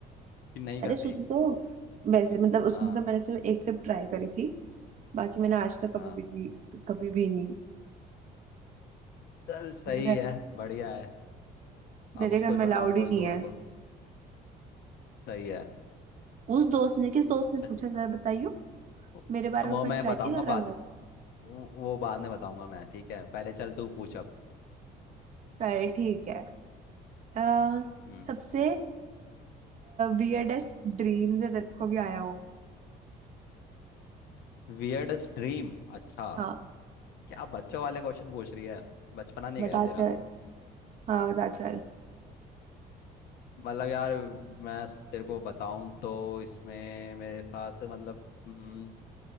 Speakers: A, on the left (about 75°); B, on the right (about 45°).
A: कि नहीं करती
B: अरे सुन तो वैसे मतलब उसमें
A: हाँ
B: तो मैंने सिर्फ एक सिर्फ ट्राई करी थी बाकी मैंने आज तक
A: हाँ
B: कभी भी नहीं कभी भी नहीं
A: चल सही
B: मेरे घर
A: है बढ़िया है
B: मेरे
A: अब उसको
B: घर में अलाउड
A: बताऊंगा
B: ही नहीं
A: उस दोस्त
B: है
A: को सही है
B: उस दोस्त ने किस दोस्त ने
A: च-
B: पूछा जरा बताइयो
A: वो
B: मेरे बारे
A: वो
B: में पंचायती
A: मैं बताऊंगा
B: कर रहा
A: बाद
B: है वो
A: वो वो बाद में बताऊंगा मैं ठीक है पहले चल तू पूछ अब
B: चल ठीक है अ,
A: हम्म
B: सबसे वियर्डेस्ट ड्रीम जो तेरे को भी आया हो
A: Weird dream अच्छा
B: हाँ
A: क्या बच्चों वाले क्वेश्चन पूछ रही है बचपना नहीं
B: बता
A: गया
B: चल
A: तेरा
B: हाँ बता चल
A: मतलब यार मैं तेरे को बताऊं तो इसमें मेरे साथ मतलब हम्म,